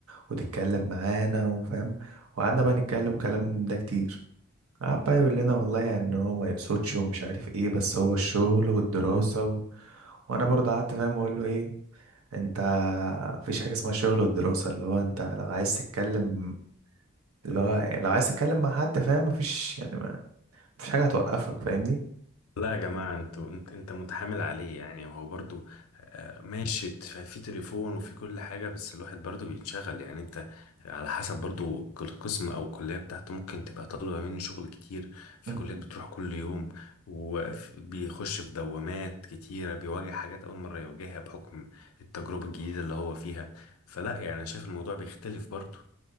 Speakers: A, on the right; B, on the left.
A: وتتكلم معانا وفاهم وقعدنا بقى نتكلم كلام ده كتير قعد بقى يقول لنا والله يعني ان هو ما يقصدش ومش عارف ايه بس هو الشغل والدراسة و... وانا برضه قعدت فاهم اقول له ايه انت مفيش حاجة اسمها شغل والدراسة اللي هو انت لو عايز تتكلم اللي هو لو عايز تتكلم مع حد فاهم مفيش يعني ما... مفيش حاجة هتوقفك فاهمني
B: لا يا جماعة انتوا انت انت متحامل عليه يعني هو برضو آه، ماشي ت- في تليفون وفي كل حاجة بس الواحد برضو بيتشغل يعني انت على حسب برضو كل قسم او الكلية بتاعته ممكن تبقى طالبة منه شغل كتير في
A: مم.
B: كليات بتروح كل يوم وبيخش في دوامات كتيرة بيواجه حاجات أول مرة يواجهها بحكم التجربة الجديدة اللي هو فيها فلا يعني انا شايف الموضوع بيختلف برضو